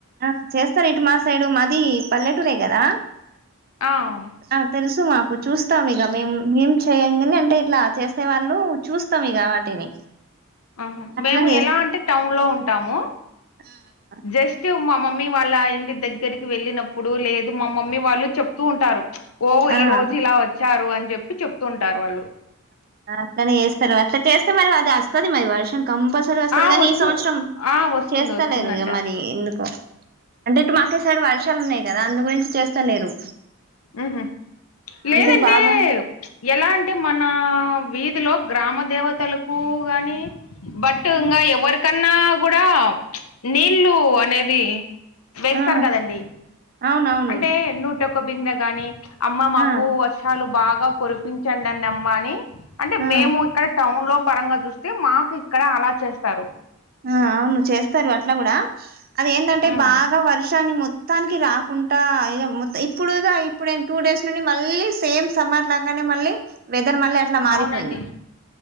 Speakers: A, on the right (about 45°); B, on the left (about 80°).
A: ఆ చేస్తరిటు మా సైడు మాది పల్లెటూరే కదా
B: ఆహ్
A: ఆ తెల్సు మాకు చూస్తాం ఇగ మేము మేం చేయ్యం గాని అంటే ఇట్లా చేసే వాళ్ళు చూస్తాం ఇగ వాటిని
B: ఆహా
A: అట్లా
B: మేము ఎలా అంటే టౌన్లో ఉంటాము
A: ఆహ్
B: జస్టు మా మమ్మీ వాళ్ళ ఇంటి దగ్గరికి వెళ్ళినప్పుడు లేదు మా మమ్మీ వాళ్ళు చెప్తూ ఉంటారు ఓ ఈ
A: ఆ
B: రోజు ఇలా వచ్చారు అని చెప్పి చెప్తుంటారు వాళ్ళు
A: అట్లనే చేస్తరు అట్ల చేస్తే మరి అది వస్తది మరి వర్షం కంపల్స సరి వస్తది
B: ఆ
A: కానీ
B: వస్తూ
A: ఈ సంవత్సరం
B: ఆ వస్తుంది
A: చేస్తలేరు
B: వస్తుందంట
A: ఇగ మరి ఎందుకో అంటే ఇటు మాకిసైడు వర్షాలు ఉన్నయి కదా అందు గురించి చేస్తలేరు
B: మ్ హు లేదంటే,
A: అంటే బాగా
B: ఎలా అంటే, మన వీధిలో గ్రామ దేవతలకు గాని, బట్
A: హ్మ్.
B: ఇంగా ఎవరికన్నా కూడ నీళ్ళు అనేది, వేస్తారు
A: ఆ
B: కదండి,
A: అవునవును
B: అంటే నూటొక్క బిందె గాని, అమ్మ
A: ఆ
B: మాకు వర్షాలు బాగా కురిపించండనమ్మా అని, అంటే
A: ఆ
B: మేము ఇక్కడ టౌన్లో పరంగా చూస్తే, మాకిక్కడ అలా చేస్తారు
A: ఆ అవును చేస్తారు అట్లా కూడా అదేందంటే
B: ఉమ్
A: బాగా వర్షాన్ని మొ మొత్తానికి రాకుంటా ఇగ మొత్తం ఇప్పుడు ఇగ ఇప్పుడు టూ డేస్ నుండి మళ్ళీ సేమ్ సమ్మర్ లాగానే మళ్ళీ వెదర్ మళ్ళీ అ అట్ల మారిపోయింది.
B: అవునండి